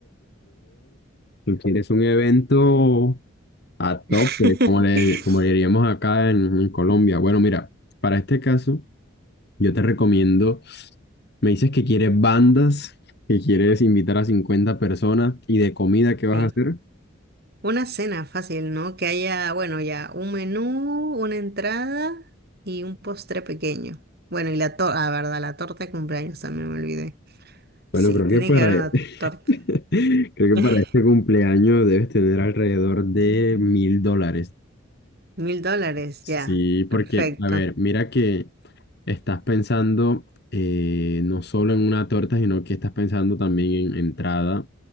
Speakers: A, on the left (about 55°); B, on the right (about 50°).
A: ¿Quieres un evento? A tope,
B: <laughs>
A: como le, como le diríamos acá en, en Colombia. Bueno, mira, para este caso, yo te recomiendo, me dices que quieres bandas, que quieres invitar a 50 personas y de comida, ¿qué vas
B: Sí,
A: a hacer?
B: una cena fácil, ¿no? Que haya, bueno, ya un menú, una entrada y un postre pequeño. Bueno, y la torta, ah, verdad, la torta de cumpleaños también me olvidé. Sí,
A: Bueno, creo
B: tiene
A: que para,
B: que haber
A: <laughs>
B: una torta.
A: creo
B: <laughs>
A: que para este cumpleaños debes tener alrededor de mil dólares.
B: Mil dólares,
A: Sí,
B: ya.
A: porque,
B: Perfecto.
A: a ver, mira que estás pensando eh, no solo en una torta, sino que estás pensando también en entrada